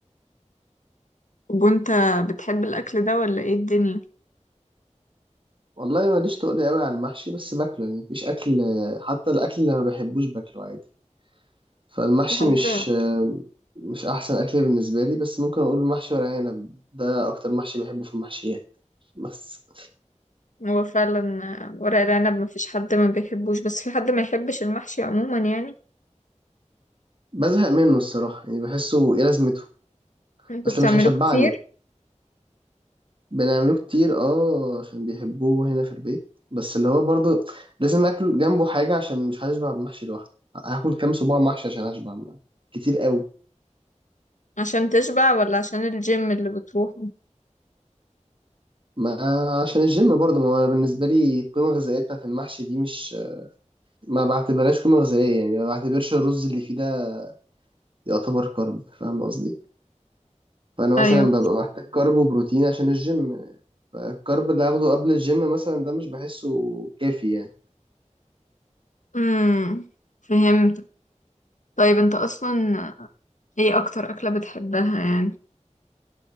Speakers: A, on the left; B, on the right.
A: وانت بتحب الاكل ده ولا ايه الدنيا؟
B: والله ماليش تقول قوي على المحشي بس باكله يعني مفيش أكل حتى الأكل اللي ما بحبوش باكله عادي فالمحشي
A: في حد
B: مش مش أحسن أكل بالنسبة لي بس ممكن أقول محشي ورق عنب ده أكتر محشي بحبه في المحشيات بس
A: هو فعلا ورق العنب ما فيش حد ما بيحبوش بس في حد ما يحبش المحشي عموما يعني
B: بزهق منه الصراحة يعني بحسه إيه لازمته
A: انتوا
B: أصل
A: بتعملوه
B: مش هيشبعني
A: كتير
B: بنعمله كتير اه عشان بيحبوه هنا في البيت بس اللي هو برضه لازم اكل جنبه حاجة عشان مش هشبع بمحشي لوحده هاكل كام صباع محشي عشان اشبع ما. كتير قوي
A: عشان تشبع ولا عشان الجيم اللي بتروحه؟
B: ما عشان الجيم برضه ما هو بالنسبة لي القيمة الغذائية بتاعت المحشي دي مش ما بعتبرهاش قيمة غذائية يعني ما بعتبرش الرز اللي فيه ده يعتبر كارب فاهم قصدي فأنا
A: ايوه
B: مثلا ببقى محتاج كارب وبروتين عشان الجيم فالكارب اللي هاخده قبل الجيم مثلا ده مش بحسه كافي يعني
A: امم فهمت طيب انت اصلا ايه اكتر اكلة بتحبها يعني؟